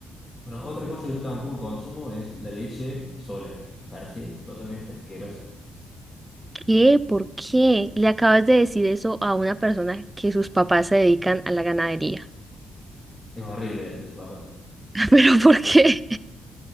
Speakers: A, on the left; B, on the right.
A: Bueno, otra cosa que yo tampoco consumo es la leche sola. Me parece totalmente asquerosa.
B: ¿Qué? ¿Por qué le acabas de decir eso a una persona que sus papás se dedican a la ganadería?
A: Es horrible decirle a tus papás.
B: <laughs> ¿Pero por qué?